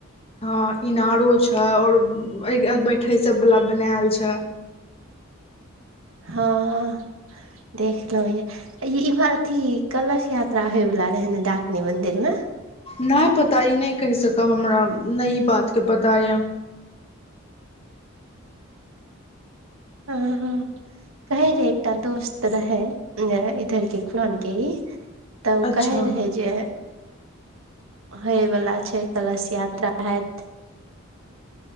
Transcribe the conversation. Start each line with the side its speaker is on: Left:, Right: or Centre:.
Left: हं इणारो छै और अय अयगबैठे सब वला बनैल छय।
Right: हं देखलहुँ यैऽ। यै इम्हर अथी- कलश यात्रा होयवला रहै नै डाकनी मंदिर में?
Left: न पता ई नै कहि सकब हमरा नै ई बातके पता यैऽ।
Right: हं-हं- कहै रहै एकटा दोस्त रहै नै इधर के खुरन के इ- तऽ ओ
Left: अच्छा
Right: कहै रहै जे होय वला छै। कलश यात्रा हैत।